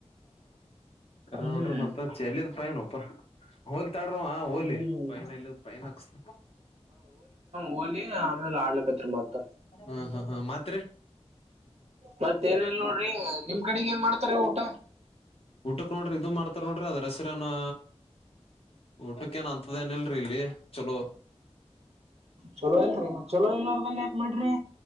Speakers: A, on the left; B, on the right.
A: ಕ ನೋಡ್ರಿ
B: ಹ್ಮ್
A: ಮತ್ತ ಚೆಲ್ಲದ ಪ ಏನಪ್ಪ ಹಲ್ <unintelligible> ಮಾತಾಡರು ಆ ಹೋಲಿ
B: ಹ್ಮ್
A: ಪೈನ ಇಲ್ಲದ ಪೈನ್ ಹಾಕ್ಸ್ತ
B: ಹೋಗಲಿ ಆಮೇಲೆ ಆಡ್ಲಕತ್ರಿ ಮತ್ತ.
A: ಹಾ ಹಾ ಹಾ, ಮಾತ್ರಿ
B: ಮತ್ ಏನಿಲ್ ನೋಡ್ರಿ ನಿಮ್ ಕಡೆಗ್ ಏನ್ ಮಾಡ್ತಾರ ಊಟ
A: ಊಟಕ್ಕ ನೋಡ್ರಿ, ಇದು ಮಾಡ್ತಾರ ನೋಡ್ರಿ ಅದ್ರ ಹೆ ಸರಿ ಏನು ಊಟಕ್ಕ ಏನ್ ಅಂತದೇನಿಲ್ರಿ ಇಲ್ಲಿ ಚಲೋದ.
B: ಚಲೋ ಇಲ್ರಿ, ಚಲೋ ಇರಲ್ಲಾರದ ಯಾಕ್ ಮಾಡ್ರಿ,